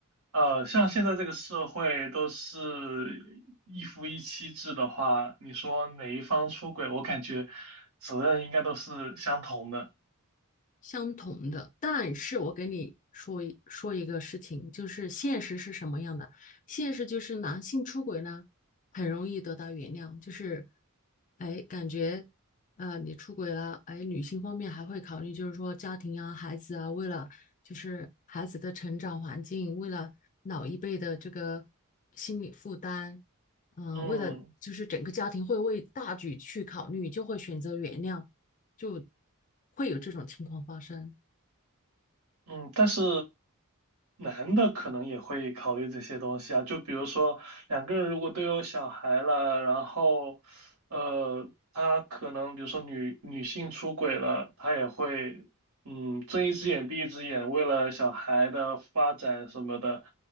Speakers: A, on the right; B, on the left.
A: 呃，像现在这个社会都是一夫一妻制的话，你说哪一方出轨，我感觉责任应该都是相同的。
B: 相同的，但是我给你说一说一个事情，就是现实是什么样的？现实就是男性出轨呢，很容易得到原谅，就是，哎，感觉，呃，你出轨了，哎，女性方面还会考虑，就是说家庭啊、孩子啊，为了就是孩子的成长环境，为了老一辈的这个心理负担，嗯、
A: 嗯。
B: 为了就是整个家庭会为大局去考虑，就会选择原谅。就会有这种情况发生。
A: 嗯，但是男的可能也会考虑这些东西啊，就比如说两个人如果都有小孩了，然后呃，他可能比如说女女性出轨了，他也会嗯睁一只眼闭一只眼，为了小孩的发展什么的，